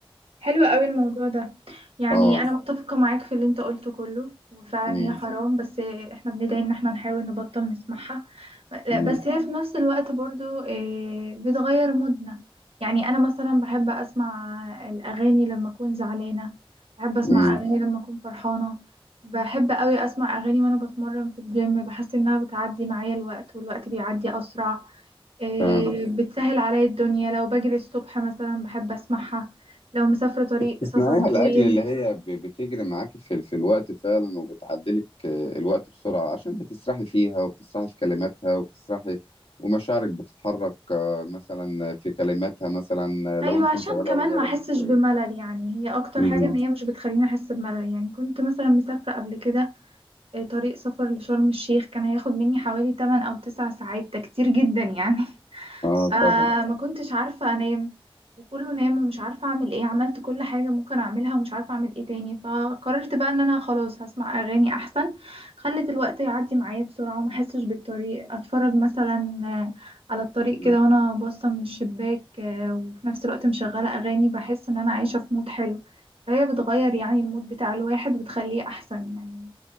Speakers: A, on the right; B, on the left.
A: حلو قوي الموضوع ده يعني
B: اه
A: انا متفقة معاك في اللي انت قلته كله وفعلا
B: امم
A: هي حرام بس احنا بندعي ان احنا نحاول نبطل نسمعها لا
B: امم
A: بس هي في نفس الوقت برضو آه، بتغير مودنا يعني انا مثلا بحب اسمع الاغاني لما اكون زعلانة بحب اسمع
B: امم
A: اغاني لما اكون فرحانة بحب قوي اسمع اغاني وانا بتمرن في الجيم بحس انها بتعدي معايا الوقت والوقت بيعدي اسرع آه،
B: فعلا
A: بتسهل عليا الدنيا لو بجري الصبح مثلا بحب اسمعها لو مسافرة طريق
B: تسمعيها
A: سفر طويل
B: لأجل اللي هي ب- بتجري معاكي في في الوقت فعلا وبتعدلك آه، الوقت بسرعة عشان بتسرحي فيها وبتسرحي في كلماتها وبتسرحي ومشاعرك بتتحرك آه، مثلا في كلماتها مثلا آه، لو
A: ايوه
B: انت
A: عشان
B: مشغلة
A: كمان
B: أغنية
A: ما
B: رومانسية
A: احسش بملل يعني هي اكتر
B: امم
A: حاجة ان هي مش بتخليني احس بملل يعني كنت مثلا مسافرة قبل كده آه، طريق سفر لشرم الشيخ كان هياخد مني حوالي 8 او 9 ساعات ده كتير جدا يعني <laughs>
B: اه
A: آه
B: طبعا
A: ما كنتش عارفة انام وكله نام ومش عارفة اعمل ايه عملت كل حاجة ممكن اعملها ومش عارفة اعمل ايه تاني فقررت بقى ان انا خلاص هسمع اغاني احسن خلت الوقت يعدي معايا بسرعة وما احسش بالطريق اتفرج مثلا آه، على الطريق
B: مم.
A: كده وانا باصة من الشباك آه، وفي نفس الوقت مشغلة اغاني بحس ان انا عايشة في مود حلو فهي بتغير يعني المود بتاع الواحد وبتخليه احسن يعني